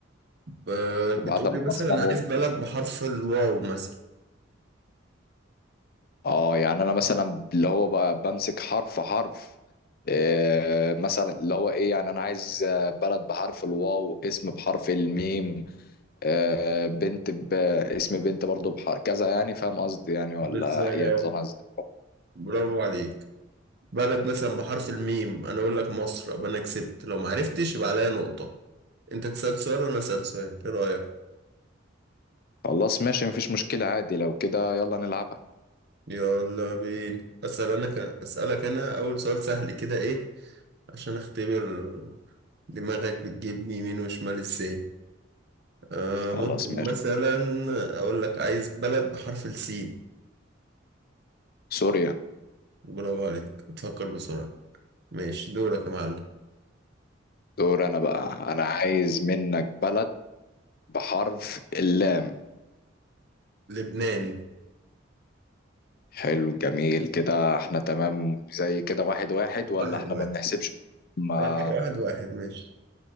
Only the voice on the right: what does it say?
آه،
بتقولي
مثلا
انا عايز بلد بحرف الواو مثلا
بالظبط
برافو عليك بلد مثلا بحرف الميم انا اقول لك مصر ابقى انا كسبت لو ما عرفتش يبقى عليا نقطة انت تسأل سؤال وانا اسأل سؤال ايه رأيك
يلا بينا اسأل انا ك... اسألك انا اول سؤال سهل كده ايه عشان اختبر دماغك بتجيب يمين وشمال ازاي آه
ممكن
مثلا اقول لك عايز بلد بحرف السين
برافو عليك تفكر بسرعة ماشي دورك يا معلم
لبنان
واحد
واحد
طيب، واحد واحد ماشي